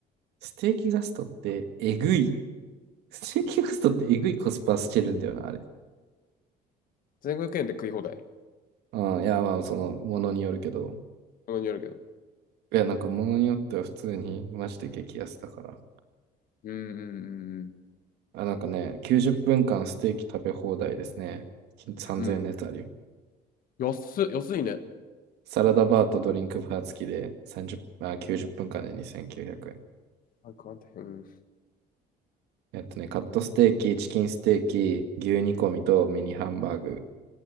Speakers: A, on the right; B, on the left.
A: ステーキガストってえぐい。ステーキガストってえぐいコスパしてるんだよな、あれ。
B: 1500円で食い放題。
A: うん、いや、まあ、その、ものによるけど。
B: そこによるけど。
A: いや、なんか、ものによっては普通に、マジで激安だから。
B: うんうん
A: あ、なんかね、90分間ステーキ食べ放題ですね。3000円のやつあるよ。
B: うんうん。うん。安っ、安いね。
A: サラダバーとドリンクバー付きで30、あ、90分間で2900円。
B: あくまうん。
A: えっとね、カットステーキ、チキンステーキ、牛煮込みとミニハンバーグ